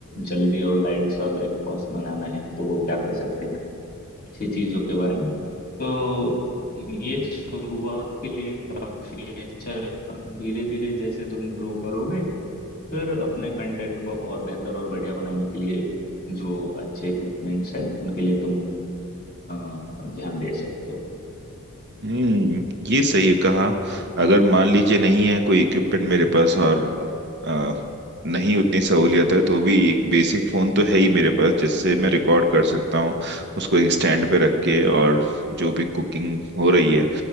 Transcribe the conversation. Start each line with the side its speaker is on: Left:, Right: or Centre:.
Left: जल्दी और लाइट सा ब्रेकफास्ट बनाना है तो वो क्या कर सकते हैं ऐसी चीजों के बारे में तो ये शुरुआत के लिए काफी अच्छा धीरे धीरे जैसे तुम ग्रो करोगे फिर अपने कंटेंट को और बेहतर और बढ़िया बनाने के लिए जो अच्छे इक्विपमेंट्स हैं उनके लिए तुम अ, ध्यान दे सकते हो
Right: हम्म ये सही कहा अगर मान लीजिए नहीं है कोई इक्विपमेंट मेरे पास और अ, नहीं उतनी सहूलियत है तो भी एक बेसिक फोन तो है ही मेरे पास जिससे मैं रिकॉर्ड कर सकता हूँ उसको एक स्टैंड पे रख के और जो भी कुकिंग हो रही है